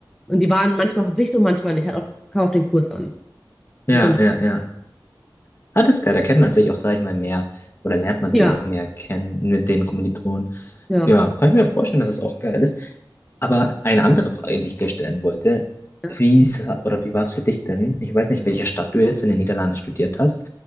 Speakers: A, in the centre; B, on the left.
A: und die waren manchmal verpflichtet und manchmal nicht, hat auch, kam auf den Kurs an.
B: Ja,
A: Genau.
B: ja, ja. Ah, das ist geil. Da kennt man sich auch, sag ich mal, mehr oder lernt man
A: Ja,
B: sich auch mehr kennen mit den Kommilitonen.
A: ja,
B: Ja, kann ich mir vorstellen, dass es auch geil ist. Aber eine andere Frage, die ich dir stellen wollte,
A: ja.
B: wie ist, oder wie war es für dich denn? Ich weiß nicht, in welcher Stadt du jetzt in den Niederlanden studiert hast,